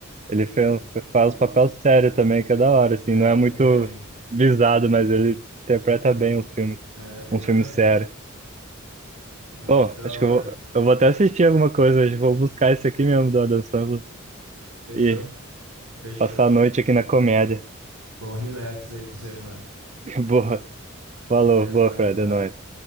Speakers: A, on the right; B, on the right.
A: Ele fez,
B: Hum,
A: faz papel sério também, que é da hora, assim,
B: é,
A: não é
B: também.
A: muito visado, mas ele interpreta bem os filmes,
B: É, ele
A: um
B: manda
A: filme sério.
B: bem. Nossa,
A: Pô,
B: da
A: acho
B: hora.
A: que eu vou, eu vou até assistir alguma coisa hoje, vou buscar esse aqui mesmo do Adam Sandler
B: Fechou,
A: e
B: fechou.
A: passar a noite aqui na comédia.
B: Bom, relax aí pra você, mano.
A: <laughs> Boa, falou,
B: É
A: boa,
B: nóis,
A: Fred,
B: mano.
A: é nóis.